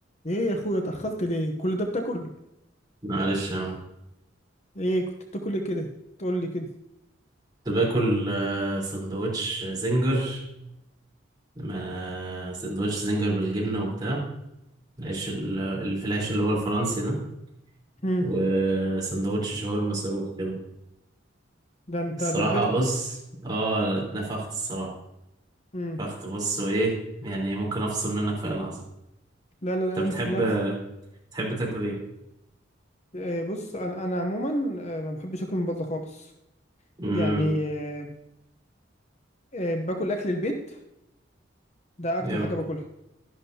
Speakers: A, on the left; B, on the right.
A: ايه يا اخويا اتأخرت ليه كل ده بتاكل
B: معلش يا عم
A: ايه كنت بتاكل ايه كده تقول لي كده
B: كنت باكل آه، سندوتش زنجر ما سندوتش زنجر بالجبنة وبتاع العيش ال- الفلاش اللي هو الفرنسي ده
A: امم
B: وسندوتش شاورما صاروخ كده
A: ده انت
B: الصراحة
A: دبتها
B: بص اه اتنفخت الصراحة
A: امم
B: اتنفخت بص وايه يعني ممكن افصل منك في اي لحظة
A: لا لا لا
B: انت بتحب
A: امسك نفسك
B: بتحب تاكل ايه؟
A: إيه بص انا انا عموما آه، ما بحبش اكل من بره خالص
B: امم
A: يعني آه، آه، باكل اكل البيت ده اكتر
B: جامد
A: حاجه باكلها